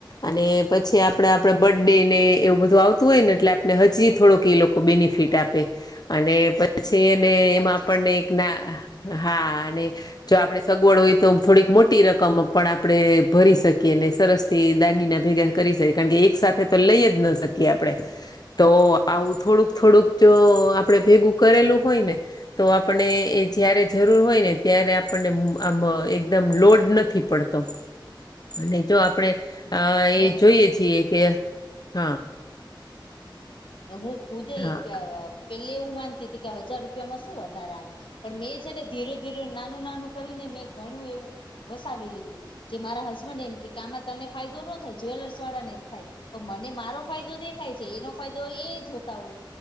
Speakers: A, on the left (about 50°); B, on the left (about 80°).
A: અને પછી આપણા બર્થડે ને એવું બધું આવતું હોય ને, એટલે આપણે હજી થોડોક એ લોકો બેનિફિટ આપે અને પછી
B: સાચે
A: એમાં આપણને
B: છે
A: એક ના, હા અને જો આપણને સગવડ હોય તો થોડીક મોટી રકમ પણ આપણે ભરી શકીએ ને, સરસ એ દાગીના ભેગા કરી શકીએ, કારણ કે એકસાથે તો લઈ ન જ શકીએ. તો આવું થોડુંક-થોડુંક જો આપણે ભેગું કરેલું હોય ને તો આપણને જ્યારે જરૂર હોય ને, ત્યારે આપણને એકદમ લોડ નથી રહેતો. પડતો અને જો આપણે
B: હમ ને
A: એ જોઈએ છીએ કે, હા
B: હું ખુદ
A: હા
B: પહેલા માનતી હતી કે હજાર રૂપિયામાં વધારો આવે? પણ મેં ધીરે-ધીરે, નાનું-નાનું કરીને ઘણું બધું વસાવી લીધું. મારા હસબન્ડ કહે કે, આમાં તને ફાયદો ન થાય, જ્વેલર્સવાળાને જ થાય. તો મને મારો ફાયદો દેખાય છે એનો એ જોતા હોય